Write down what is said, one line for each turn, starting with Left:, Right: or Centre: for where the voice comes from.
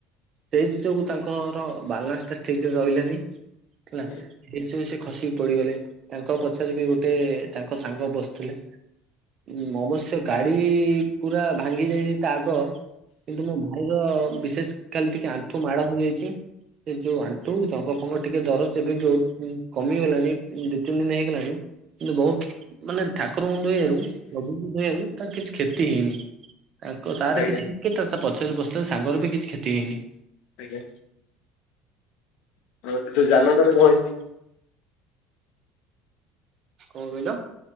Right: ସେଇଥି ଯୋଗୁ ତାଙ୍କର ବାଲାନ୍ସ ଟା ଠିକ ରେ ରହିଲାନି ହେଲା।
Left: ହୁଁ
Right: ଇଏ-ସେ-ସେ ଖସିକି ପଳେଇଗଲେ ତାଙ୍କ ପଛରେ ବି ଗୋଟେ ତାଙ୍କ ସାଙ୍ଗ ବସିଥିଲେ। ଉଁ ଅବଶ୍ୟ ଗାଡି ପୁରା ଭାଙ୍ଗି ଯାଇଛି। ତା ଆଗ କିନ୍ତୁ ମୋ ଭାଇ ର ବିଶେଷ ଖାଲି ଟିକେ ଆଣ୍ଠୁ ମାଡ ହେଇଯାଇଚି। ସେ ଯୋଉ ଆଣ୍ଟୁ ଜଙ୍ଗ ଫଙ୍ଗ ଟିକେ ଦରଜ ଏବେ ବି ହଉ ଉଁ କମିଗଲାଣି ଦୁଇ ତିନି ଦିନ ହେଇଗଲାଣି। କିନ୍ତୁ ବହୁତ ମାନେ ଠାକୁରଙ୍କୁ ଦୟା ରୁ ପ୍ରଭୁଙ୍କୁ ଦୟାରୁ ତାର କିଛି କ୍ଷତି ହେଇନି। ତାଙ୍କ ତାର
Left: ଆଜ୍ଞା
Right: କିଛି ହେଇନି କି ପଛରେ ବସିଥିଲା ସାଙ୍ଗରେ ବି କିଛି କ୍ଷତି ହେଇନି।
Left: ଆଜ୍ଞା। ଆଉ ସେ ଜାନ ଟାର କଣହେଇଚି?
Right: କଣ କହିଲ?